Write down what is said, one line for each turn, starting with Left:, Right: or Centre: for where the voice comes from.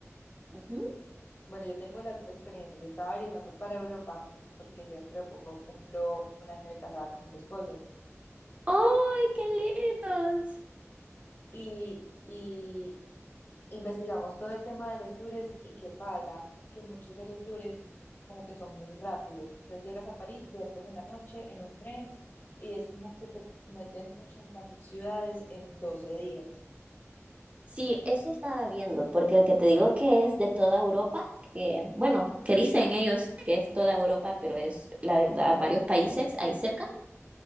Right: Ujú.
Left: bueno, yo tengo las dos experiencias. Yo estaba averiguando para Europa porque yo dentro de poco cumplo un año de casada con mi esposo.
Right: ¡Ay, qué lindos!
Left: y, y investigamos todo el tema de los tours y qué pasa, que muchos de los tours como que son muy rápidos. Entonces llegas a París, duermes en la noche en un tren y es como que te meten ochenta mil ciudades en 12 días.
Right: Sí, eso estaba viendo, porque el que te digo que es de toda Europa, que bueno, que dicen ellos que es toda Europa, pero es la verdad varios países ahí cerca.